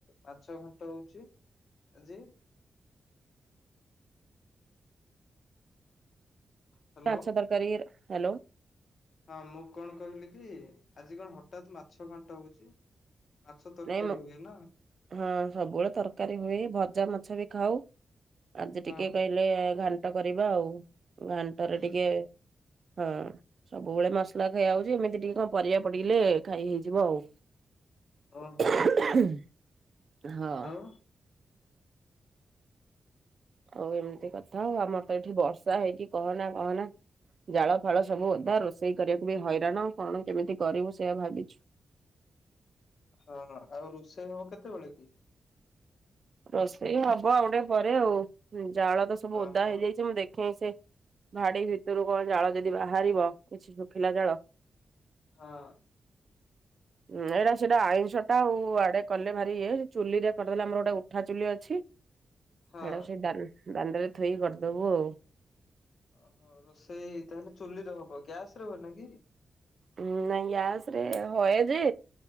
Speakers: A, on the left (about 65°); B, on the right (about 55°).
A: ମାଛ ଘାଣ୍ଟ ହଉଛି ଆଜି? ହ୍ୟାଲୋ
B: ମାଛ ତରକାରୀ ଇଏ ରେ ହାଲୋ।
A: ହଁ ମୁଁ କଣ କହିଲି କି ଆଜି କଣ ହଠାତ୍ ମାଛ ଘାଣ୍ଟ ହଉଛି। ମାଛ ତରକାରୀ
B: ନାଇଁ ମ
A: ହୁଏ ନା?
B: ହଁ ସବୁବେଳେ ତରକାରୀ ହୁଏ ଭଜା ମାଛ ବି ଖାଉ। ଆଜି ଟିକେ
A: ହଁ
B: କହିଲେ ଘାଣ୍ଟ କରିବା ଆଉ ଘାଣ୍ଟରେ
A: ହୁଁ
B: ଟିକେ
A: ହୁଁ
B: ହଁ ସବୁବେଳେ ମସଲା ଖିଆ ହଉଛି ଏମିତି ଟିକେ କଣ ପରିବା ପଡ଼ିଗଲେ ଖାଇ ହେଇଯିବ ଆଉ।
A: ଓହୋ
B: <unintelligible> ହଁ।
A: ଆଉ
B: ଆଉ ଏମିତି କଥା ଆଉ ଆମର ତ ଏଠି ବର୍ଷା ହେଇକି କହନା କହନା ଜାଳ ଫାଳ ସବୁ ଓଦା। ରୋଷେଇ କରିବାକୁ ବି ହଇରାଣ। କଣ କେମିତି କରିବୁ ସେଇୟା ଭାବିଛୁ?
A: ହଁ ହଁ ଆଉ ରୋଷେଇ ହବ କେତେବେଳେ କି?
B: ରୋଷେଇ ହବ ଆଉ ଟିକେ ପରେ ଆଉ। ଜାଳ ତ ସବୁ
A: ଓହୋ
B: ଓଦା ହେଇଯାଇଛି। ମୁଁ ଦେଖେଇ ସା ଭାଡି ଭିତରେ କଣ ଜାଳ ଯଦି ବାହାରିବ କିଛି ଶୁଖିଲା ଜାଳ।
A: ହଁ।
B: ହୁଁ ଏଇଟା ସେଇଟା ଆଇଁଷଟା ଆଉ ଆଡେ କଲେ ଭାରି ଇଏ ଚୁଲିରେ କରିଦେଲେ ଆମର ଗୋଟେ- ଭାବିଲି ଅଛି। ସେଟା
A: ହଁ।
B: ସେଇ ଦାଣ୍ଡ- ଦାଣ୍ଡରେ ଥୋଇ କରିଦବୁ ଆଉ।
A: ଓହୋ ରୋଷେଇ ତାହେଲେ ଚୁଲିରେ ହବ। ଗ୍ୟାସରେ ହଉନି କି?
B: ଉଁ ନାଇଁ ଗ୍ୟାସରେ ହଏ ଯେ